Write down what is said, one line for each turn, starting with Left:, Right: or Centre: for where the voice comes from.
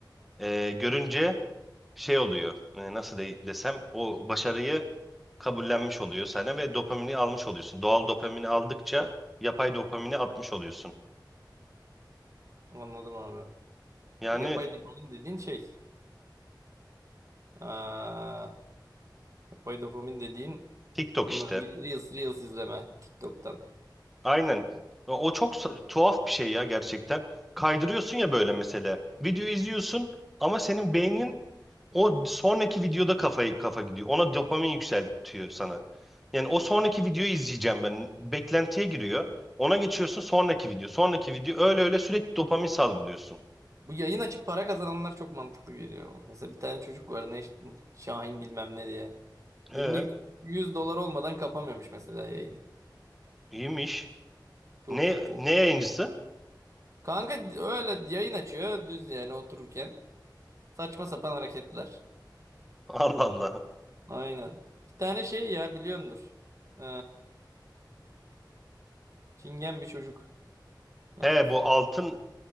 Centre: eee, görünce şey oluyor. E, nasıl de- desem o başarıyı kabullenmiş oluyor sana ve dopamini almış oluyorsun. Doğal dopamini aldıkça yapay dopamini atmış oluyorsun.
Right: anladım abi.
Centre: Yani
Right: Bu Yapay dopamin dediğin şey. Aa, yapay dopamin dediğin
Centre: TikTok
Right: m,
Centre: işte.
Right: Reels, Reels izleme TikTok'tan.
Centre: Aynen. O o çok sa- tuhaf bir şey ya gerçekten. Kaydırıyorsun ya böyle mesela. Video izliyorsun ama senin beynin o sonraki videoda kafayı kafa gidiyor. Ona dopamin yükseltiyor sana. Yani o sonraki videoyu izleyeceğim ben. Beklentiye giriyor. Ona geçiyorsun sonraki video. Sonraki video öyle öyle sürekli dopamin salgılıyorsun.
Right: Bu yayın açıp para kazananlar çok mantıklı geliyor. Mesela bir tane çocuk var ne işte, Şahin bilmem ne diye. Günlük
Centre: Ee,
Right: 100 dolar olmadan kapamıyormuş mesela yayını.
Centre: iyiymiş.
Right: Çok
Centre: Ne
Right: iyi, çok
Centre: ne yayıncısı?
Right: iyi. Kanka öyle yayın açıyor düz yani otururken. Saçma sapan hareketler.
Centre: <laughs> Allah Allah.
Right: Aynen. Bir tane şey ya biliyordur. Ee, çingen bir çocuk. Hafif.
Centre: He bu altın